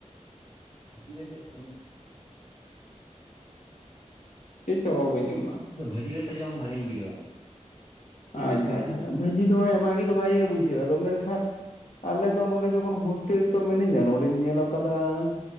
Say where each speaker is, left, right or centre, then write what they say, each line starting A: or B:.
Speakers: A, on the left (about 60°); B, on the left (about 80°).
A: <unintelligible> ᱴᱤᱠ ᱟᱪᱮ ᱡᱚᱢ
B: ᱪᱮᱫ ᱪᱚ ᱨᱚᱲ ᱵᱟᱹᱧ ᱡᱚᱢᱞᱚᱻᱟ?
A: ᱤᱫᱚ ᱵᱷᱟᱹᱡᱤ ᱠᱟᱛᱮ ᱡᱚᱢ ᱵᱷᱟᱜᱮᱧ ᱵᱩᱡᱷᱟᱹᱣᱟ᱾
B: ᱟᱪᱪᱷᱟ ᱟᱪᱪᱷᱟ ᱵᱷᱟᱹᱡᱤ ᱫᱚ ᱦᱮᱸ ᱵᱷᱟᱜᱤ ᱫᱚ ᱵᱷᱟᱭᱤ ᱜᱮ ᱵᱩᱡᱷᱟᱹᱜᱼᱟ ᱟᱫᱚ ᱢᱮᱱᱠᱷᱟᱱ ᱟᱞᱮᱫᱚ ᱱᱚᱸᱰᱮ ᱡᱚᱠᱷᱚᱱ ᱦᱳᱥᱴᱮᱞ ᱨᱮᱛᱚ ᱢᱤᱱᱤᱧᱟ ᱱᱚᱸᱰᱮᱧ ᱧᱮᱞ ᱟᱠᱟᱫᱟ